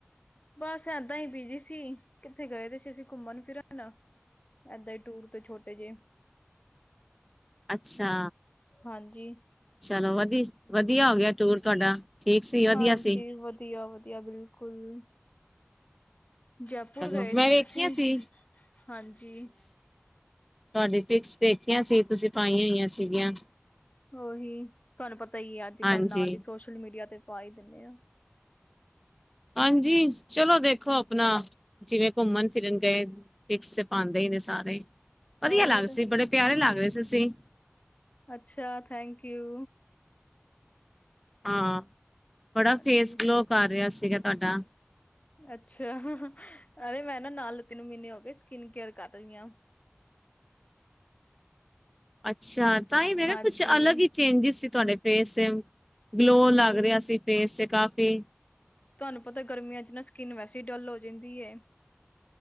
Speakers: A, on the left (about 35°); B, in the centre.
A: ਬਸ ਏਦਾਂ ਹੀ ਬੀਜੀ ਸੀ ਕਿੱਥੇ ਗਏ ਤੇ ਸੀ ਅਸੀਂ ਘੁੰਮਣ ਫਿਰਨ ਏਦਾਂ ਹੀ ਟੂਰ ਤੋਂ ਛੋਟੇ ਜਿਹੇ
B: ਅੱਛਾ
A: ਹਾਂਜੀ
B: ਚਲੋ ਵਧੀ ਵਧੀਆ ਹੋ ਗਿਆ ਟੂਰ ਤੁਹਾਡਾ ਠੀਕ ਸੀ ਵਧੀਆ
A: ਹਾਂਜੀ
B: ਸੀ
A: ਵਧੀਆ ਵਧੀਆ ਬਿਲਕੁਲ ਜੈਪੁਰ
B: ਚਲੋ
A: ਗਏ
B: ਮੈਂ
A: ਸੀ
B: ਵੇਖੀਆਂ
A: ਅਸੀਂ
B: ਸੀ
A: ਹਾਂਜੀ
B: ਤੁਹਾਡੀ ਪਿਕਸ ਦੇਖੀਆਂ ਸੀ ਤੁਸੀਂ ਪਾਈਆਂ ਹੋਈਆਂ ਸੀਗੀਆਂ
A: ਉਹੀ ਤੁਹਾਨੂੰ ਪਤਾ ਹੀ ਹੈ ਅੱਜ
B: ਹਾਂਜੀ
A: ਕੱਲ੍ਹ ਨਾਲ ਹੀ ਸੋਸ਼ਲ ਮੀਡੀਆ ਤੇ ਪਾ ਹੀ ਦਿੰਨੇ ਆਂ
B: ਹਾਂਜੀ ਚਲੋ ਦੇਖੋ ਆਪਣਾ ਜਿਵੇਂ ਘੁੰਮਣ ਫਿਰਨ ਪਿਕਸ ਤੇ ਪਾਂਦੇ ਹੀ ਨੇ ਸਾਰੇ ਵਧੀਆ
A: ਹੋਰ
B: ਲੱਗ ਸੀ ਬੜੇ ਪਿਆਰੇ ਲੱਗ ਰਹੇ ਸੀ ਤੁਸੀਂ
A: ਅੱਛਾ ਥੈਂਕ ਯੂ
B: ਹਾਂ ਬੜਾ
A: ਹਾਂਜੀ
B: ਫੇਸ ਗਲੋ ਕਰ ਰਿਹਾ ਸੀਗਾ ਤੁਹਾਡਾ
A: ਅੱਛਾ ਅਰੇ ਮੈਂ ਨਾ ਨਾਲ ਤਿੰਨ ਮਹੀਨੇ ਹੋ ਗੇ ਸਕਿਨ ਕੇਅਰ ਕਰ ਰਹੀ ਹਾਂ
B: ਅੱਛਾ ਤਾਂ ਹੀ ਮੇ
A: ਹਾਂਜੀ,
B: ਨਾ ਕੁਛ ਅਲੱਗ ਹੀ ਚੇਂਜਿਸ ਸੀ ਤੁਹਾਡੇ ਫੇਸ ਤੇ ਗਲੋ ਲੱਗ
A: ਉਹੀ
B: ਰਿਹਾ ਸੀ ਫੇਸ ਤੇ ਕਾਫੀ
A: ਤੁਹਾਨੂੰ ਪਤਾ ਗਰਮੀਆਂ ਚ ਨਾ ਸਕਿੰਨ ਵੈਸੇ ਹੀ ਡੱਲ ਹੋ ਜਾਂਦੀ ਹੈ